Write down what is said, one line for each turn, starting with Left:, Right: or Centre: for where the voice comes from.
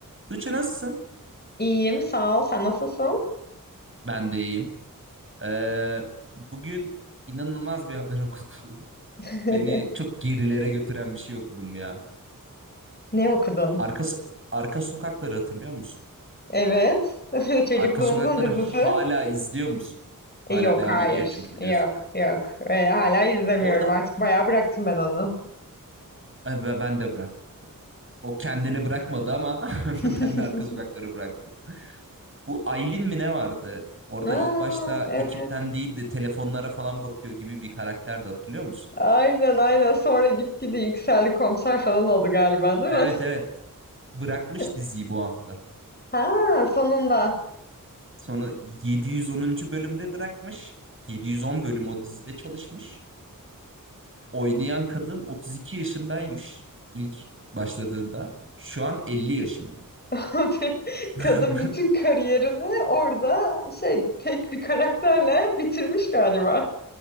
Right: Tuğçe nasılsın?
Left: İyiyim, sağ ol. Sen nasılsın?
Right: Ben de iyiyim. Ee, bugün inanılmaz bir haber okudum.
Left: <laughs>
Right: <laughs> Beni çok gerilere götüren bir şey okudum ya.
Left: Ne okudun?
Right: Arka, so-, arka sokakları hatırlıyor musun?
Left: Evet. <laughs> Çocukluğumuzun
Right: Arka sokakları
Left: dizisi.
Right: hala izliyor musun? Hala
Left: E, Yok,
Right: devam
Left: hayır.
Right: ediyor çünkü biliyorsun.
Left: Yok, yok. E, hala izlemiyorum.
Right: Orada
Left: Artık bayağı bıraktım ben onu.
Right: Ay, ben ben de bıraktım. O kendini bırakmadı ama
Left: <laughs>
Right: <laughs> ben de arka sokakları bıraktım. Bu Aylin mi ne vardı? Orada
Left: Aa,
Right: ilk başta
Left: evet.
Right: ekipten değil de telefonlara falan bakıyor gibi bir karakterdi hatırlıyor musun?
Left: Aynen, aynen. Sonra gitgide yükseldi komiser falan oldu galiba, değil
Right: Evet
Left: mi?
Right: evet. Bırakmış
Left: <laughs>
Right: diziyi bu hafta.
Left: Ha, sonunda.
Right: Sonra 710. bölümde bırakmış. 710 bölüm o dizide çalışmış. Oynayan kadın 32 yaşındaymış ilk başladığında. Şu an 50 yaşında.
Left: <laughs>
Right: <laughs>
Left: Kadın bütün kariyerini orada şey tek bir karakterle bitirmiş galiba.